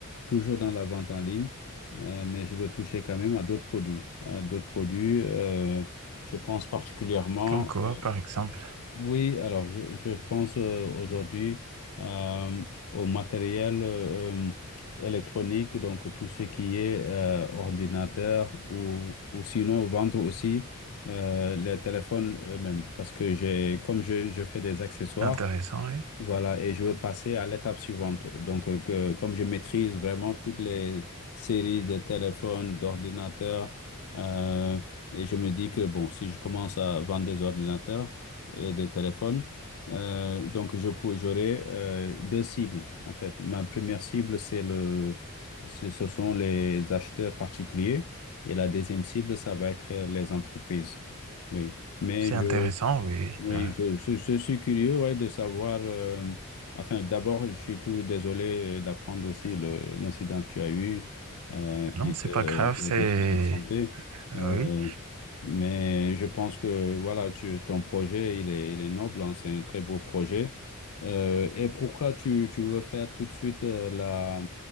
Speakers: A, on the left; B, on the right.
A: toujours dans la vente en ligne, euh, mais je veux toucher quand même à d'autres produits. à d'autres produits, euh, je pense particulièrement,
B: comme quoi,
A: au-
B: par exemple.
A: oui, alors je, je pense euh, aujourd'hui euh, au matériel euh, euh, électronique, donc tout ce qui est euh, ordinateur ou, ou sinon vendre aussi. euh, les téléphones eux-mêmes parce que j'ai comme je, je fais des accessoires
B: Intéressant, oui.
A: voilà, et je veux passer à l'étape suivante. Donc, euh, que- comme je maîtrise vraiment toutes les séries de téléphones, d'ordinateurs, euh, et je me dis que, bon, si je commence à vendre des ordinateurs et des téléphones, euh, donc je pour- j'aurai euh, deux cibles, en fait. Ma première cible, c'est le, ce ce sont les acheteurs particuliers, et la deuxième cible, ça va être les entreprises. Oui, mais
B: C'est
A: je,
B: intéressant,
A: Mhm.
B: oui.
A: Oui,
B: Euh,
A: je, je- je suis curieux ouais, de savoir. euh, enfin, d'abord, je suis tout désolé euh, d'apprendre aussi le- l'incident que tu as eu, euh, qui
B: non,
A: était
B: c'est pas
A: euh,
B: grave, c'est...
A: des soucis de santé.
B: ah
A: Euh,
B: Oui.
A: mais je pense que voilà, tu- ton projet, il est, il est noble, hein, c'est un très beau projet. Euh, et pourquoi tu, tu veux faire tout de suite euh, la,